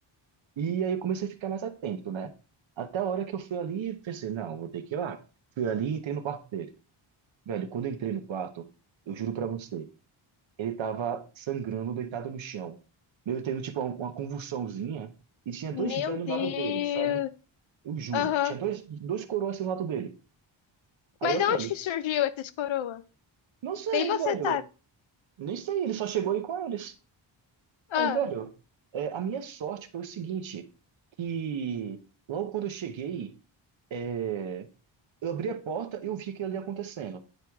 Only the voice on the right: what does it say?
e aí eu comecei a ficar mais atento, né? Até a hora que eu fui ali, e pensei, não, vou ter que ir lá. Fui ali e entrei no quarto dele. Velho, quando eu entrei no quarto, eu juro pra você ele estava sangrando, deitado no chão. Meio tendo, tipo, uma uma convulsãozinha. E tinha dois
velhos do
lado dele, sabe? Eu juro.
Tinha dois, dois coroas assim do lado dele. Aí,
ok.
Não sei,
velho.
Nem sei, ele só chegou aí com eles.
Aí, velho, é, a minha sorte foi o seguinte, que logo quando eu cheguei, é, eu abri a porta e eu vi aquilo ali acontecendo.